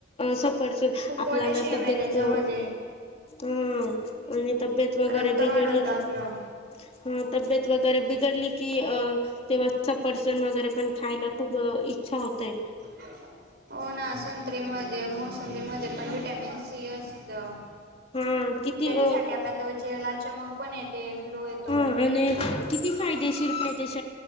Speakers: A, on the left; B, on the right.
A: सफरच
B: खूप पोटॅशियम
A: आपल्याना तब्येत
B: आहे त्याच्यामध्ये
A: ह, आणि तब्येत वगैरे
B: रक्त
A: बिघडली
B: वाढवतं आपलं.
A: का? ह तबीयेत वगैरे बिगडली की अ तेव्हा सफरचंद वगैरे पण खायला खूप इच्छा होते.
B: <unintelligible> हो ना संत्रीमध्ये, मोसंबीमध्ये पण व्हिटॅमिन सी असतं.
A: हा किती
B: त्याच्यासाठी
A: अ
B: आपल्या त्वचेला चमक पण येते, ग्लो येतो.
A: हा आणि किती फायदेशीर प्लेटेस